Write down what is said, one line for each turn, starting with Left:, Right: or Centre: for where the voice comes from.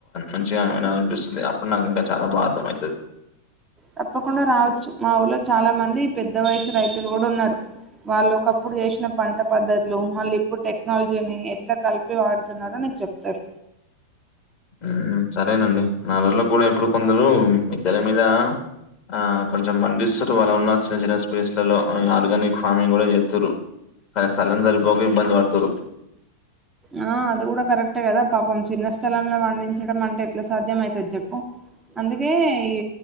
Left: మంచిగా వినాల అనిపిస్తుంది అప్పుడు నాకు ఇంకా చాలా బా అర్థమయితది
Right: తప్పకుండా రావచ్చు మా ఊరిలో చాలా మంది పెద్ద వయసు రైతులు కూడా ఉన్నారు వాళ్ళు ఒకప్పుడు ఎసిన పంట పద్ధతులు మళ్ళీ ఇప్పుడు టెక్నాలజీని ఎట్లా కలిపి వాడుతున్నారో నీకు చెప్తారు
Left: ఊమ్ సరేనండి మనూర్లో కూడా ఎప్పుడు కొందరు మిద్దెల మీద ఆ కొంచెం పండిస్తురు వాళ్ళు ఉన్న చిన్న చిన్న స్పేస్లల్లో ఆర్గానిక్ ఫార్మింగ్ కూడా చేత్తురు కానీ స్థలం సరిపోక ఇబ్బంది పడుతురు
Right: ఆ అది కూడా కరెక్టే కదా పాపం చిన్న స్థలంలో వండించడం అంటే ఎట్లా సాధ్యం అయితది చెప్పు అందుకే ఈ